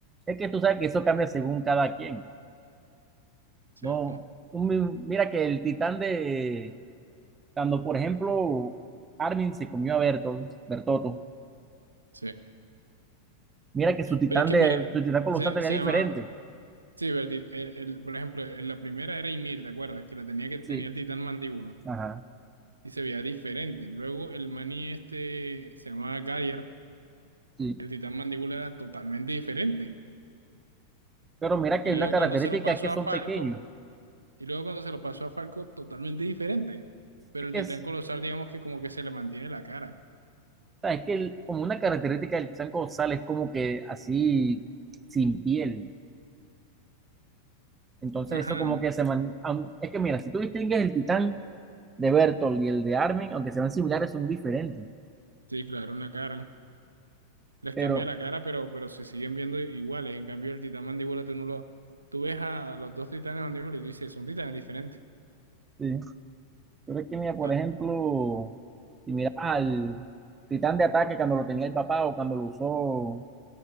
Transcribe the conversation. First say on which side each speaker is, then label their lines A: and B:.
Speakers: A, on the right; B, on the right.
A: Es que tú sabes que eso cambia según cada quien.
B: ¿cierto?
A: No, un mi- mira que el titán de, cuando por ejemplo Armin se comió a Bertolt, Bertotto,
B: Sí.
A: Mira que su titán
B: Pero es que
A: de
B: mira,
A: su titán colosal
B: se,
A: tenía
B: se
A: diferente.
B: llama. Sí, pero el, ti- el- el- por ejemplo, en la primera era Ymir, ¿te acuerdas? Que la tenía que tenía
A: Sí,
B: el titán mandíbula
A: Ajá.
B: y se veía diferente. Luego el maní este se llamaba Gyar,
A: sí.
B: el titán mandíbula era totalmente diferente.
A: Pero mira que
B: Y
A: hay
B: luego
A: una característica
B: cuando se lo pasó
A: es que son
B: a Falco.
A: pequeños.
B: Y luego cuando se lo pasó a Falco, totalmente diferente. Pero
A: Es
B: el
A: que
B: titán
A: es, o
B: colosal, digamos que como que se le mantiene la cara.
A: sea, es que el- como una característica del titán colosal es como que así sin piel. Entonces
B: Ajá,
A: eso como que se man, aun- es que mira, si tú distingues el titán de Bertolt y el de Armin, aunque sean similares, son diferentes.
B: sí, claro, una cara. Les
A: Pero,
B: cambia la cara, pero, pero se siguen viendo iguales. En cambio, el titán mandíbula, tú no lo... Tú ves a los dos titanes mandíbula y tú dices, son titanes diferentes.
A: Sí. pero es que mira, por
B: Ah,
A: ejemplo, si miras al titán de ataque cuando lo tenía el papá o cuando lo usó